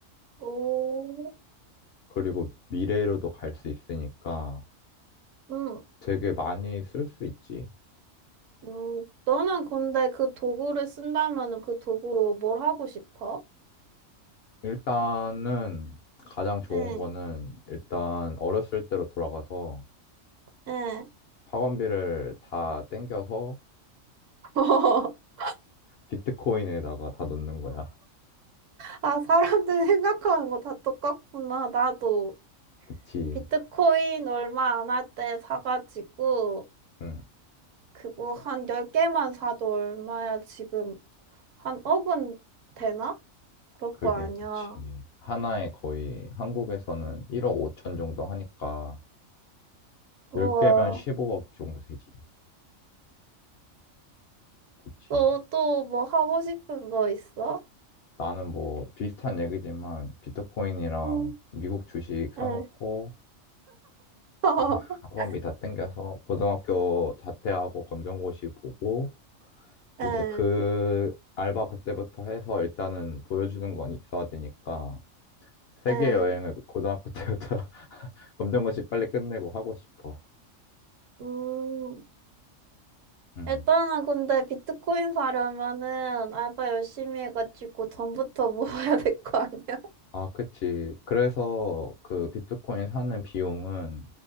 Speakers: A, on the right; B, on the left.
A: 오,
B: 그리고 미래로도 갈 수 있으니까
A: 응.
B: 되게 많이 쓸 수 있지.
A: 음, 너는 근데 그 도구를 쓴다면은 그 도구로 뭘 하고 싶어?
B: 일단은 가장 좋은
A: 응,
B: 거는 일단 어렸을 때로 돌아가서
A: 응.
B: 학원비를 다 땡겨서
A: <laughs>
B: 비트코인에다가 다 넣는 거야.
A: 아, 사람들 생각하는 거 다 똑같구나. 나도
B: 그치.
A: 비트코인 얼마 안 할 때 사가지고
B: 응,
A: 그거 한 열개만 사도 얼마야 지금 한 억은 되나? 그럴
B: 그게
A: 거 아니야.
B: 그치. 하나에 거의 한국에서는 1억 5천 정도 하니까
A: 우와.
B: 10개면 15억 정도 되지. 그치.
A: 또, 또 뭐 하고 싶은 거 있어?
B: 나는 뭐 비슷한 얘기지만 비트코인이랑
A: 응,
B: 미국 주식 사놓고
A: 응. <laughs>
B: 그다음 <laughs> 학원비 다 땡겨서 고등학교 자퇴하고 검정고시 보고 이제
A: 응,
B: 그 알바 그때부터 해서 일단은 보여주는 건 있어야 되니까 세계
A: 응.
B: 여행을 고등학교 때부터 <laughs> 검정고시 빨리 끝내고 하고 싶어.
A: 음.
B: 음.
A: 일단은 근데 비트코인 사려면은 알바 열심히 해가지고 돈부터 <laughs> 모아야 될 거 아니야? <laughs>
B: 아, 그치. 그래서 그 비트코인 사는 비용은